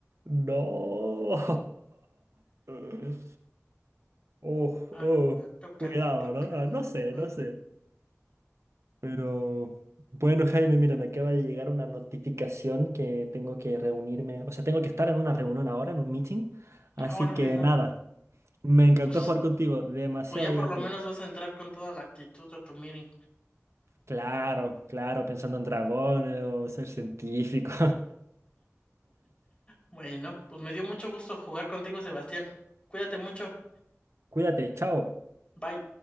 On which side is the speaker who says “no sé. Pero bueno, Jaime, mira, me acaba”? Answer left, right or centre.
Right